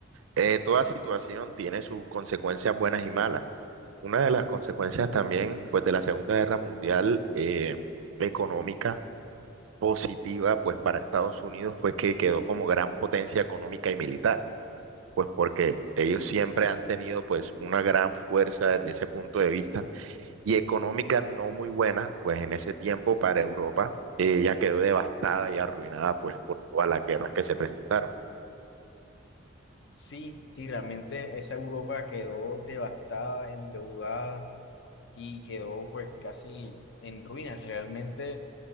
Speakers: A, on the right (about 75°); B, on the left (about 60°).
A: eh, toda situación tiene sus consecuencias buenas y malas. Una de las consecuencias también pues de la Segunda Guerra Mundial económicas positiva pues para Estados Unidos fue que quedó como gran potencia económica y militar, pues porque ellos siempre han tenido pues una gran fuerza desde ese punto de vista y económica no muy buena, pues en ese tiempo para Europa eh, ya quedó devastada y arruinada pues por todas las guerras que se presentaron.
B: Sí, sí, realmente esa Europa quedó devastada, endeudada, y quedó pues casi en ruinas. Realmente